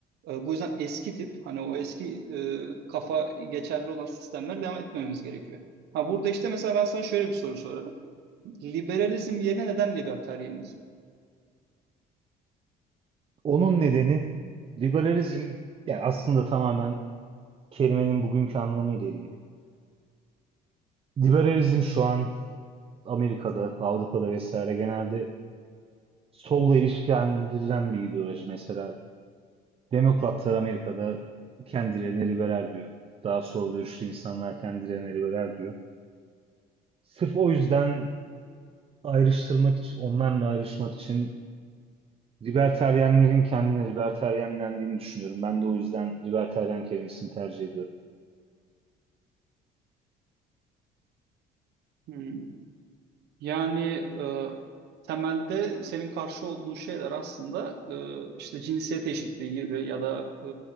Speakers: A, on the right (about 80°); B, on the right (about 35°).
A: E, bu yüzden eski tip hani o eski e, kafa geçerli olan sistemlere devam etmememiz gerekiyor. Ha burada işte mesela ben sana şöyle bir soru sorarım. Liberalizm yerine neden libertarianizm?
B: Onun nedeni liberalizm, yani aslında tamamen kelimenin bugünkü anlamıyla ilgili. Liberalizm şu an Amerika'da, Avrupa'da vesaire genelde solla ilişkilendirilen bir ideoloji. Mesela Demokratlar Amerika'da kendilerini liberal diyor. Daha sol görüşlü insanlar kendilerini liberal diyor. Sırf o yüzden ayrıştırmak için, onlarla ayrışmak için libertaryenlerin kendine libertaryenlendiğini düşünüyorum. Ben de o yüzden libertaryen kelimesini tercih ediyorum.
A: Hmm. Yani e, temelde senin karşı olduğun şeyler aslında e, işte cinsiyet eşitliği gibi ya da e,